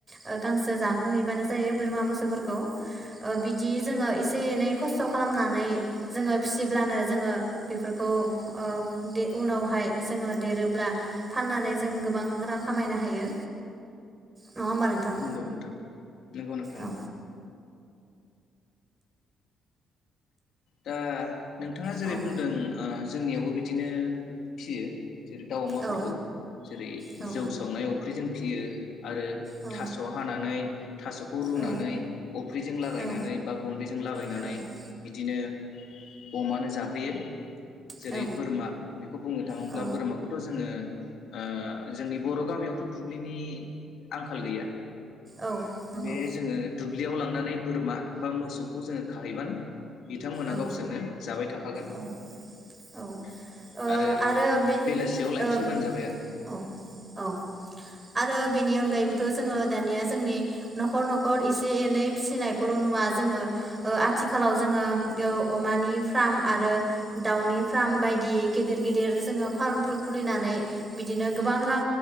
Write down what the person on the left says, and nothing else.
नोंगौ नोंथां नोंगौ नोंथां
नोंगौ दा नोंथाङा जेरै
बुंदों ओ जेरै जोंनियावबो बिदिनो फिसियो। जेरै दाउ अमाफोरखौ
जेरै
जौ सावनाय अफ्रि जों फिसियो। आरो
थास हानानै थासखौ रुनानै
अफ्रिजों लागायनानै
बा गुन्दैजों लागायनानै
बे बिदिनो अमानो जाहोयो। जेरै
बोरमा बेखौ बुंनो थाङोब्ला
बोरमाखौथ जोङो। ओ जोंनि बर‌ गामियावथ दुब्लिनि आंखाल गैया।
बे जोङो दुब्लियाव लांनानै बोरमा बा मोसौखौ जोङो जों खाहैबानो। बिथांमोना
गावसोरनो जाबाय थाखागोन। फागोन।
आरो
बेलासियाव लायफिनबानो
जाबाय आरो।